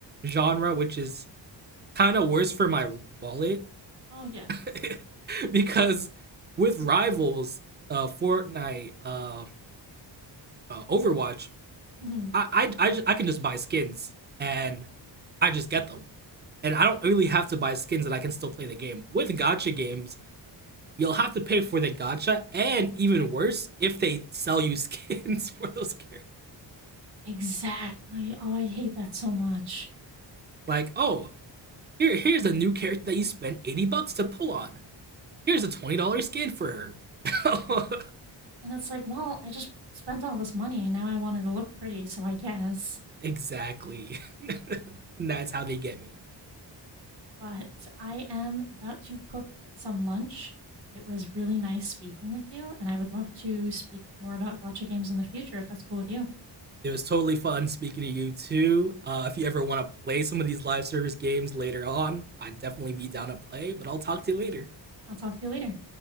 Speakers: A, on the right; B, on the right.
A: genre, which is kind of worse for my wallet
B: oh yes.
A: <laughs> because with rivals, uh, Fortnite, uh, uh, Overwatch,
B: hmm
A: I I I, ju- I can just buy skins and I just get them, and I don't really have to buy skins, and I can still play the game. With Gacha games, you'll have to pay for the gacha, and even worse, if they sell you skins <laughs> for those characters.
B: Exactly. Oh, I hate that so much.
A: Like, oh, here here's a new character that you spent eighty bucks to pull on. Here's a twenty dollar skin for her.
B: And it's like, well, I just spent all this money and now I want her to look pretty, so I guess.
A: <laughs> exactly. <laughs> That's how they get me.
B: but I am about to cook some lunch. It was really nice speaking with you, and I would love to speak more about Gacha games in the future if that's cool with you.
A: It was totally fun speaking to you too. Uh, if you ever want to play some of these live service games later on, I'd definitely be down to play, but I'll talk to you later.
B: I'll talk to you later.